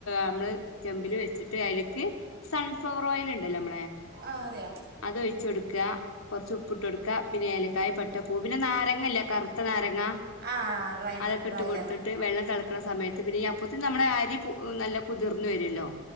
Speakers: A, on the left (about 80°); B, on the right (about 45°).
A: നമ്മള് ചെമ്പില് വെച്ചിട്ട് അയല്ക്ക് സൺഫ്ലവർ ഓയിൽ ഉണ്ടല്ലമ്മടെ
B: ആ അറിയാം
A: അതൊഴിച്ച് കൊടുക്കാ. കകൊർച്ചുപ്പ്ട്ടൊ ട്കൊടുക്ക. പിന്നെ ഏലക്കായ പട്ട പൂ പിന്നെ നാരങ്ങല്ലെ കറു ത്ത നാരങ്ങ
B: ആ ഡ്രൈ
A: അതൊക്കെട്ട്
B: ന- ഡ്രൈ
A: കൊടുത്തിട്ട്
B: ലെമൺ
A: വെള്ളം തെള ണ സമയത്ത് പിന്നെ അപ്പത്തും നമ്മെ അരി നല്ല കുതിർന്നു വരുല്ലോ